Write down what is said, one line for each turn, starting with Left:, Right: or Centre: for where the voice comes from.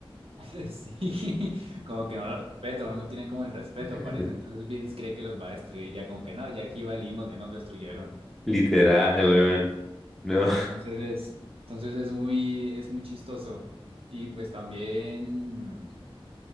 Right: <laughs> Sí, como que no lo respeto, no le tienen como el respeto,
Centre: <laughs>
Right: parece. Entonces Bills cree que los va a destruir, ya como que no, ya aquí valimos, ya nos destruyeron.
Centre: Literal, weón. No.
Right: Entonces es, entonces es muy, es muy chistoso. Y pues también,